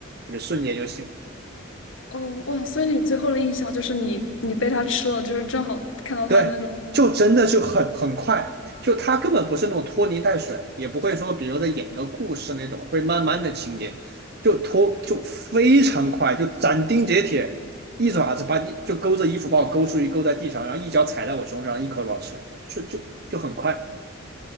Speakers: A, on the right (about 50°); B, on the left (about 80°).
A: 就瞬间就醒了。
B: 哦，哇，所以你最后的印象就是你你被它吃了，就是正好看到它的那种。
A: 对，就真的就很很快，就他根本不是那种拖泥带水，也不会说比如在演个故事那种会慢慢的情节，就拖就非常快，就斩钉截铁，一爪子把你就勾着衣服把我勾出去，勾在地上，然后一脚踩在我胸上，一口咬吃，就就就很快。